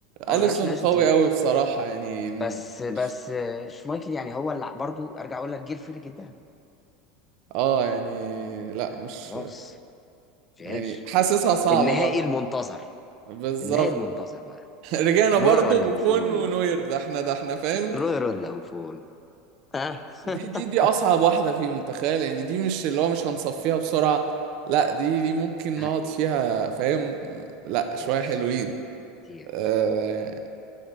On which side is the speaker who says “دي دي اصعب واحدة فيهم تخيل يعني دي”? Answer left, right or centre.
Right